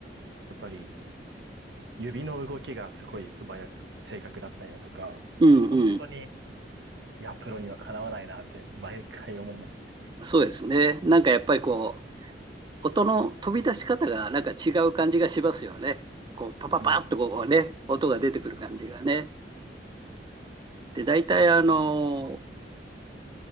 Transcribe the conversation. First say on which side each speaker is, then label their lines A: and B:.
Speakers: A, on the right; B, on the right.
A: やっぱり指の動きがすごい素早く、正確だったりだとか、
B: うんうん。
A: 本当に、いや、プロにはかなわないなって毎回思いますね。
B: そうですね。なんかやっぱりこう、音の飛び出し方がなんか違う感じがしますよね。こう、パパパッとこうね、
A: します。
B: 音が出てくる感じがね。で、大体あの、